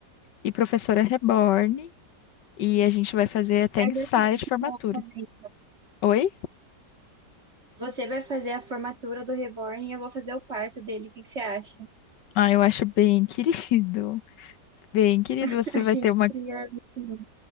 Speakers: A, on the left; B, on the right.
A: e professora reborn e a gente vai fazer até
B: Eu
A: ensaio
B: já sei
A: de
B: o que
A: formatura.
B: que eu vou fazer.
A: Oi?
B: Você vai fazer a formatura do Reborn e eu vou fazer o parto dele. O que que você acha?
A: Ah, eu acho bem querido. Bem, querido,
B: <laughs>
A: você
B: A
A: vai
B: gente
A: ter uma
B: cria. assim,